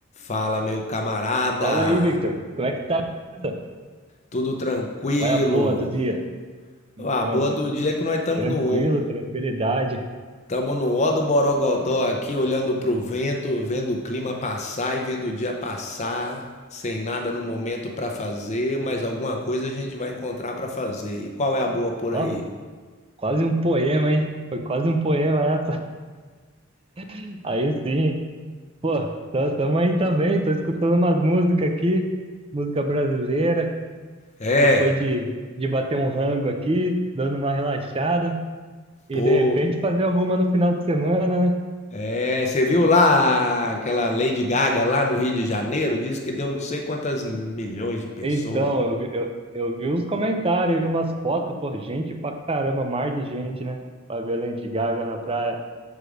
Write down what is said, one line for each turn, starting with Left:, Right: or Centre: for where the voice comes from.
Left: Fala, meu camarada.
Right: Fala aí, Victor. Como é que tá? Beleza?
Left: Tudo tranquilo.
Right: Qual é a boa do dia? Me
Left: A
Right: conta.
Left: boa do dia é que nós estamos
Right: Tranquilo,
Left: no
Right: tranquilidade.
Left: estamos no ó do Borogodó aqui, olhando pro vento, vendo o clima passar e vendo o dia passar, sem nada no momento para fazer, mas alguma coisa a gente vai encontrar para fazer. E qual é a boa por
Right: Ó,
Left: aí?
Right: quase um poema, hein? Foi quase um poema essa. <laughs> Aí sim. Pô, tá- tamo aí também. Tô escutando umas músicas aqui. Música brasileira.
Left: É,
Right: Depois de, de bater um rango aqui, dando uma relaxada. E
Left: pô,
Right: de repente fazer alguma no final de semana, né?
Left: é, você viu lá aquela Lady Gaga lá no Rio de Janeiro? Diz que deu não sei quantas milhões de pessoas.
Right: Então, eu, vi- eu, eu vi os comentários, umas fotos, pô, gente pra caramba, mar de gente, né? Pra ver a Lady Gaga na praia.